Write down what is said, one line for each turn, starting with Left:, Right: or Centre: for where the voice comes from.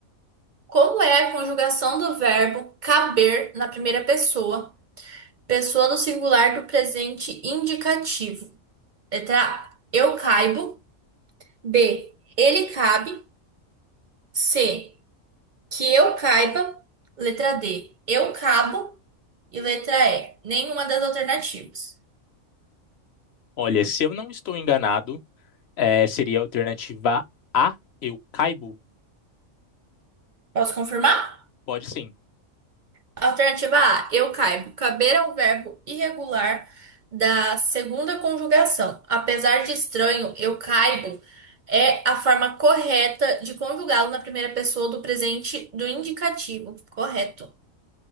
Right: Como é a conjugação do verbo caber na primeira pessoa, pessoa do singular do presente indicativo? Letra A. Eu caibo. B. Ele cabe. C. Que eu caiba. Letra D. Eu cabo. E letra E. Nenhuma das alternativas.
Left: Olha, se eu não estou enganado, é, seria a alternativa A, eu caibo?
Right: Posso confirmar?
Left: Pode sim.
Right: Alternativa A, eu caibo. Caber é um verbo irregular da segunda conjugação. Apesar de estranho, eu caibo é a forma correta de conjugá-lo na primeira pessoa do presente do indicativo. Correto.